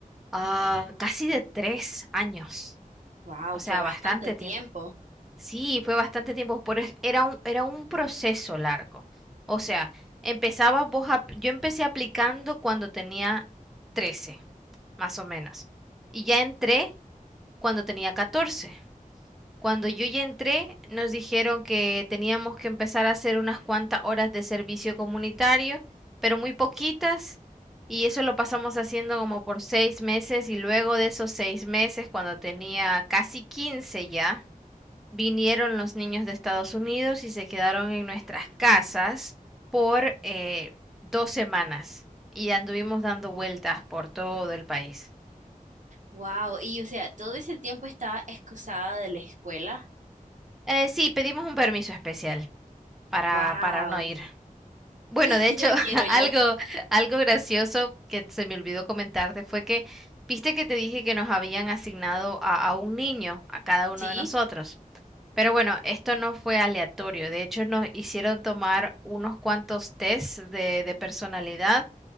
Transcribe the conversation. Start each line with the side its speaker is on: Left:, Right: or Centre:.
Centre: ah, casi de tres años,
Right: Wow,
Centre: o sea,
Right: fue bastante
Centre: bastante
Right: tiempo.
Centre: tiempo. Sí, fue bastante tiempo, por es- era un, era un proceso largo. O sea, empezabas vos a- yo empecé aplicando cuando tenía 13, más o menos. Y ya entré cuando tenía 14. Cuando yo ya entré, nos dijeron que teníamos que empezar a hacer unas cuantas horas de servicio comunitario, pero muy poquitas. Y eso lo pasamos haciendo como por seis meses y luego de esos seis meses, cuando tenía casi 15 ya. Vinieron los niños de Estados Unidos y se quedaron en nuestras casas por eh, dos semanas y anduvimos dando vueltas por todo el país.
Right: Wow, y o sea, todo ese tiempo estaba excusada de la escuela.
Centre: Eh, sí, pedimos un permiso especial para,
Right: Wow,
Centre: para no ir. Bueno,
Right: <laughs>
Centre: de hecho,
Right: yo
Centre: <laughs>
Right: quiero yo.
Centre: algo, algo gracioso que se me olvidó comentarte fue que, viste que te dije que nos habían asignado a, a un niño, a cada uno
Right: ¿Sí?
Centre: de nosotros. Pero bueno, esto no fue aleatorio. De hecho, nos hicieron tomar unos cuantos tests de, de personalidad